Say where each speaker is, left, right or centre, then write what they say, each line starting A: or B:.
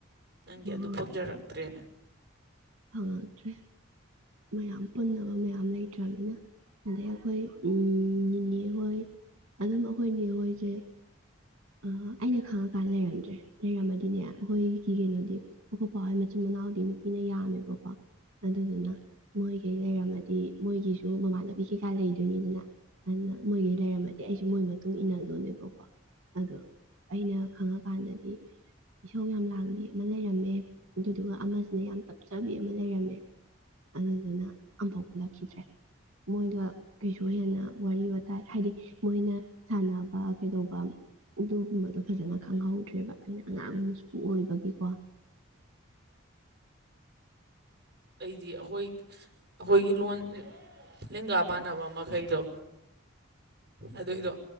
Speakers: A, on the right; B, on the right.
A: ꯅꯪꯒꯤ
B: ꯑꯥ
A: ꯑꯗꯨ ꯐꯪꯖꯔꯛꯇ꯭ꯔꯦꯅꯦ
B: ꯐꯪꯉꯛꯇ꯭ꯔꯦ ꯃꯌꯥꯝ ꯄꯨꯟꯅꯕ ꯃꯌꯥꯝ ꯂꯩꯇ꯭ꯔꯃꯤꯅ ꯑꯗꯩ ꯑꯩꯈꯣꯏ ꯎꯝ ꯅꯤꯅꯦꯍꯣꯏ ꯑꯗꯨꯝ ꯑꯩꯈꯣꯏ ꯅꯦꯍꯣꯏꯁꯦ ꯑꯥ ꯑꯩꯅ ꯈꯪꯉꯛꯀꯥꯟ ꯂꯩꯔꯝꯗ꯭ꯔꯦ ꯂꯩꯔꯝꯃꯗꯤꯅꯦ ꯑꯩꯈꯣꯏꯒꯤ ꯀꯩꯅꯣꯗꯤ ꯑꯩꯈꯣꯏ ꯄꯥꯍꯣꯏ ꯃꯆꯤꯟ ꯃꯅꯥꯎꯗꯤ ꯅꯨꯄꯤꯅ ꯌꯥꯝꯃꯦꯕꯀꯣ ꯑꯗꯨꯗꯨꯅ ꯃꯣꯏꯒꯩ ꯂꯩꯔꯝꯃꯗꯤ ꯃꯣꯏꯒꯤꯁꯨ ꯃꯃꯥꯟꯅꯕꯤ ꯀꯩꯀꯥ ꯂꯩꯗꯣꯏꯅꯤꯗꯅ ꯑꯗꯨꯅ ꯃꯣꯏꯒꯩ ꯂꯩꯔꯝꯃꯗꯤ ꯑꯩꯁꯨ ꯃꯣꯏ ꯃꯇꯨꯡ ꯏꯟꯅꯗꯣꯅꯦꯕꯀꯣ ꯑꯗꯣ ꯑꯩꯅ ꯈꯪꯉꯛꯀꯥꯟꯗꯗꯤ ꯏꯁꯧ ꯌꯥꯝ ꯂꯥꯡꯕꯤ ꯑꯃ ꯂꯩꯔꯝꯃꯦ ꯑꯗꯨꯗꯨꯒ ꯑꯃꯁꯤꯅ ꯌꯥꯝ ꯇꯞꯆꯕꯤ ꯑꯃ ꯂꯩꯔꯝꯃꯦ ꯑꯗꯨꯗꯨꯅ ꯑꯝꯐꯥꯎ ꯄꯨꯜꯂꯛꯈꯤꯗ꯭ꯔꯦ ꯃꯣꯏꯒ ꯀꯩꯁꯨ ꯍꯦꯟꯅ ꯋꯥꯔꯤ ꯋꯥꯇꯥꯏ ꯍꯥꯏꯗꯤ ꯃꯣꯏꯅ ꯁꯥꯟꯅꯕ ꯀꯩꯗꯧꯕ ꯑꯗꯨꯒꯨꯝꯕꯗꯣ ꯐꯖꯅ ꯈꯪꯍꯧꯗ꯭ꯔꯦꯕ ꯑꯩꯅ ꯑꯉꯥꯡ ꯃꯁꯨ ꯑꯣꯏꯕꯒꯤꯀꯣ
A: ꯑꯩꯗꯤ ꯑꯈꯣꯏ ꯑꯈꯣꯏꯒꯤ ꯂꯣꯟ ꯂꯦꯡꯒꯥ ꯃꯥꯟꯅꯕ ꯃꯈꯩꯗꯣ ꯑꯗꯨꯏꯗꯣ